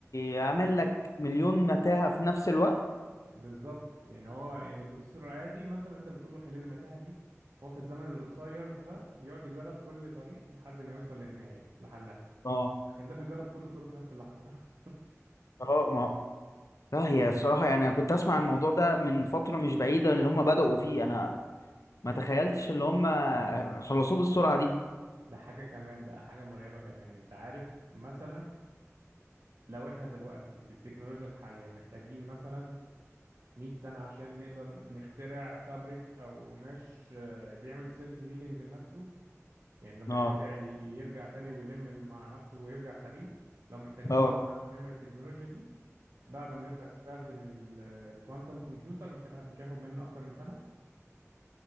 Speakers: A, on the left; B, on the right.
A: يعمل لك مليون متاهة في نفس الوقت
B: بالظبط يعني هو يعني بروسيسور عادي مثلا انت بتقول له حل لي المتاهه دي هو في الزمن القصير ده بيقعد يجرب كل طريق لحد ما يوصل للنهايه لحلها
A: اه
B: لكن ده بيجرب كل الطرق في نفس اللحظه
A: اه ما هو- لا هي الصراحة يعني أنا كنت أسمع الموضوع ده من فترة مش بعيدة اللي هم بدأوا فيه أنا ما تخيلتش اللي هم خلصوه بالسرعة دي
B: <laughs> ده حاجه كمان بقى حاجه مرعبه كمان انت عارف مثلا لو احنا دلوقتي بالتكنولوجيا الحاليه محتاجين مثلا 100 سنه عشان نقدر نخترع فابريك او قماش آه، بيعمل سيلف هيلينج لنفسه يعني لما
A: اه
B: يتقطع ي- يرجع تاني ويلم مع نفسه ويرجع سليم لو محتاجين
A: اه
B: 100 سنه عشان نعمل التكنولوجيا دي بعد ما نبدأ نستخدم الكوانتم كمبيوتر مش هي- مش هياخد مننا اكتر من سنة